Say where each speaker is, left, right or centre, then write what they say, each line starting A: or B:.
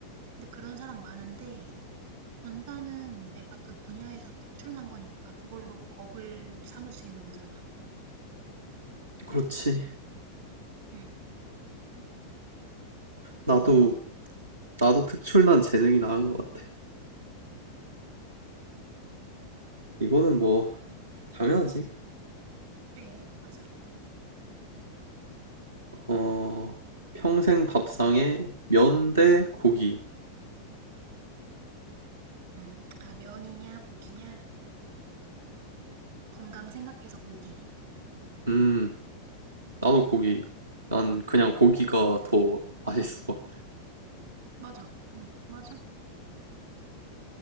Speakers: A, on the right; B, on the right.
A: 근데 그런 사람 많은데 전자는 내가 그 분야에서 특출난 거니까 그걸로 업을 삼을 수 있는 거잖아.
B: 그렇지.
A: 응.
B: 나도,
A: 너는?
B: 나도 특출난 재능이 나은 것 같아. 이거는 뭐, 당연하지.
A: 그래, 맞아.
B: 어, 평생 밥상에 면 대 고기.
A: 응. 아, 면이냐, 고기냐? 건강 생각해서 고기.
B: 음, 나도 고기. 난 그냥 고기가 더 맛있어.
A: 맞아. 응, 맞아.